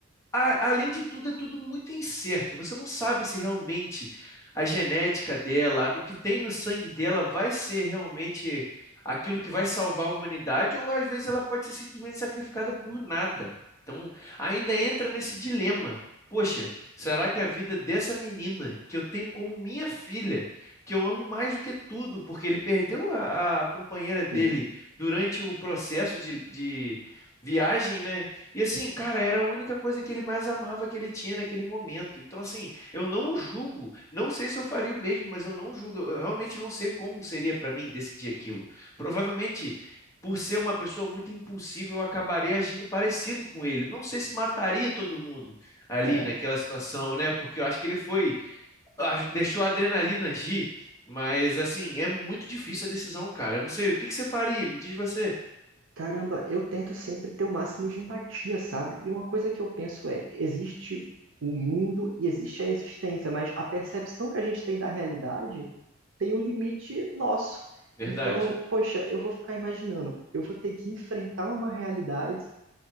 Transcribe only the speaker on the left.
a- além de tudo, é tudo muito incerto. Você não sabe se realmente a genética dela, o que tem no sangue dela, vai ser realmente aquilo que vai salvar a humanidade, ou às vezes ela pode ser simplesmente sacrificada por nada. Então, ainda entra nesse dilema. Poxa, será que a vida dessa menina, que eu tenho como minha filha, que eu amo mais do que tudo, porque ele perdeu a, a companheira dele
durante o processo de, de viagem, né? E assim, cara, era a única coisa que ele mais amava que ele tinha naquele momento. Então, assim, eu não julgo, não sei se eu faria o mesmo, mas eu não julgo, eu realmente não sei como seria para mim decidir aquilo. Provavelmente, por ser uma pessoa muito impulsiva, eu acabaria agindo parecido com ele. Não sei se mataria todo mundo ali
naquela situação, né? Porque eu acho que ele foi, ah, deixou a adrenalina agir, mas assim, é muito difícil a decisão, cara. Eu não sei, o que que você faria? Me diz você.
Verdade.